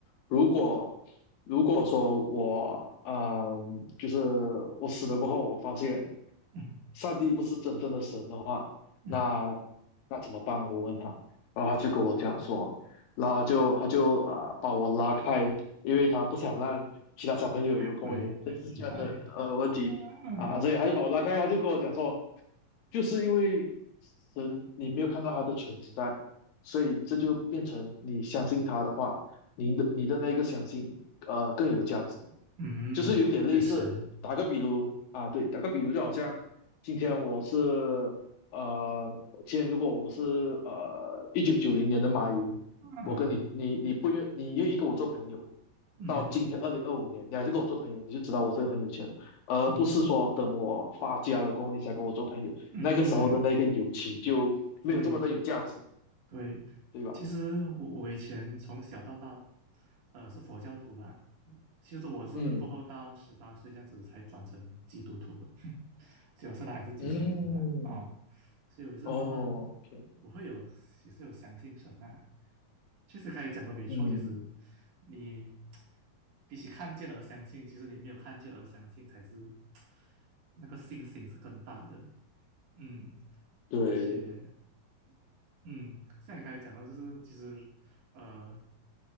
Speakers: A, on the left (about 80°); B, on the right (about 65°).
A: 如果如果说我呃，就是我死了过后，我发现
B: 嗯
A: 上帝不是真正的神的话，
B: 嗯，
A: 那那怎么办？我问他，然后他就跟我讲说，
B: 嗯
A: 然后他就他就啊、呃把我拉开，因为他不想让其他小朋友有跟我有类似这样的呃问题啊，
B: 对，存在啊，
A: 所以他就把我拉开，他就跟我讲说，就是因为神你没有看到他的存在，所以这就变成你相信他的话。你的你的那个相信呃更有价值，
B: 嗯，
A: 就是有点类似，
B: 确实
A: 打个比如啊，对，打个比如就好像今天我是呃，今天如果我是呃一九九零年的马云，
B: 啊，
A: 我跟你你你不愿你愿意跟我做朋友，
B: 嗯
A: 到今天二零二五年你还是跟我做朋友，你就知道我这个很有钱了，而不是说等我发家了过后你才跟我做朋友，
B: 嗯嗯，
A: 那个时候的那个友情就没有这么的有价值，
B: 对对，
A: 对吧？
B: 其实我我以前从小到大，呃，是佛教徒啦。其实我是过后到十八岁这样子才转成基督徒的，
A: 嗯
B: <laughs> 所以我现在还是基督徒的啊、
A: 嗯，
B: 所以我也是慢慢，
A: 哦，OK。
B: 我会有也是有相信神啊。确实，刚才讲的没错，
A: 嗯，
B: 其实你比起看见而相信，其实你没有看见而相信才是那个信心是更大的。嗯，
A: 对，
B: 而且嗯，像你刚才讲到，就是其实，呃，